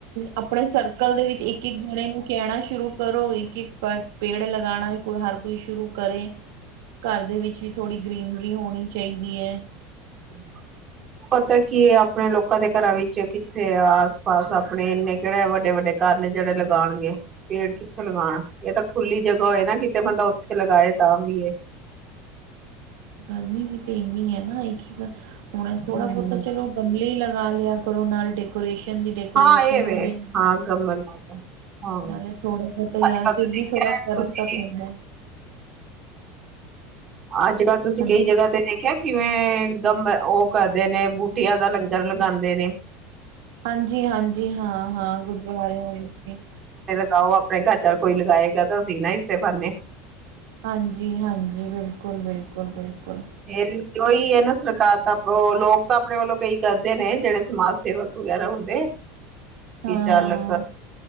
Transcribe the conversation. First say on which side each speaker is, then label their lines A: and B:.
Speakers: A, on the right; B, on the right.
A: ਆਪਣੇ ਸਰਕਲ ਦੇ ਵਿੱਚ ਇੱਕ ਇੱਕ ਜਣੇ ਨੂੰ ਕਹਿਣਾ ਸ਼ੁਰੂ ਕਰੋ। ਕਿ ਪਰ ਪੇੜ ਲਗਾਣਾ ਵੀ ਹਰ ਕੋਈ ਸ਼ੁਰੂ ਕਰੇ ਘਰ ਦੇ ਵਿੱਚ ਵੀ। ਥੋੜ੍ਹੀ ਗ੍ਰੀਨਰੀ ਹੋਣੀ ਚਾਹੀਦੀ ਹੈ।
B: ਹ <inaudible> ਪਤਾ ਕੀ ਆ ਆਪਣੇ ਲੋਕਾਂ ਦੇ ਘਰਾਂ ਵਿੱਚ ਕਿੱਥੇ ਆਸ ਪਾਸ ਆਪਣੇ ਇੰਨੇ ਕਿਹੜੇ ਵੱਡੇ ਵੱਡੇ। ਕਰਨ ਜਿਹੜੇ ਲਗਾਉਣਗੇ ਪੇੜ ਕਿੱਥੇ ਲਗਾਉਣ ਇਹ ਤਾਂ ਖੁੱਲੀ ਜਗ੍ਹਾ ਹੋਏ ਨਾ ਕਿਤੇ ਬੰਦਾ ਉੱਥੇ ਲਗਾਏ। ਤਾਂ ਵੀਏ <inaudible>
A: ਗਰਮੀ ਵੀ ਤੇ ਇੰਨੀ ਹੈ ਨਾ ਇੱਕ ਹੁਣ ਥੋੜ੍ਹਾ
B: ਹਮ
A: ਬੋਤਾ ਚਲੋ ਗਮਲੇ ਹੀ ਲਗਾ ਲਿਆ ਕਰੋ ਨਾਲ ਡੈਕੋਰੇਸ਼ਨ ਦੀ ਡੈਕੋਰੇਸ਼ਨ
B: ਹਾਂ ਇਹ ਵੇ
A: ਹੋ ਜੇ
B: ਹਾਂ ਗਮਲ ਹਾਂ
A: ਨਾਲੇ ਥੋੜਾ ਤਾਂ ਯਾਰ
B: ਅੱਜ ਕੱਲ
A: ਫਿਰ
B: ਦੇਖਿਆ
A: ਵੀ ਥੋੜਾ ਫ਼ਰਕ
B: ਤੁਸੀਂ
A: ਤਾਂ ਪੈਂਦਾ।
B: ਅੱਜ ਕੱਲ੍ਹ ਤੁਸੀਂ
A: ਹਾਂਜੀ
B: ਕਈ ਜਗ੍ਹਾ ਤੇ ਦੇਖਿਆ ਕਿਵੇਂ? ਗਮ ਉਹ ਕਰਦੇ ਨੇ ਬੂਟੀਆਂ ਦਾ ਲੰਗਰ ਲਗਾਂਦੇ ਨੇ।
A: ਹਾਂਜੀ, ਹਾਂਜੀ ਹਾਂ ਹਾਂ ਗੁਰਦੁਆਰਿਆਂ ਵਿੱਚ ਵੀ।
B: ਆਹ ਉਹ ਆਪਣੇ ਘਰ ਚ ਕੋਈ ਲਗਾਏਗਾ ਤਾਂ ਸੀਂ ਨਾ ਇਸੇ ਬਾਨੇ।
A: ਹਾਂਜੀ, ਹਾਂਜੀ ਬਿਲਕੁਲ, ਬਿਲਕੁਲ, ਬਿਲਕੁਲ।
B: ਇਹ ਉਹੀ ਹੈ ਨਾ ਸਰਕਾਰ ਤਾਂ ਲੋਕ ਤਾਂ ਆਪਣੇ ਵੱਲੋਂ ਕਈ ਕਰਦੇ ਨੇ ਜਿਹੜੇ ਸਮਾਜ ਸੇਵਕ। ਵਗੈਰਾ ਹੁੰਦੇ। ਕਿ
A: ਹਾਂ
B: ਚੱਲ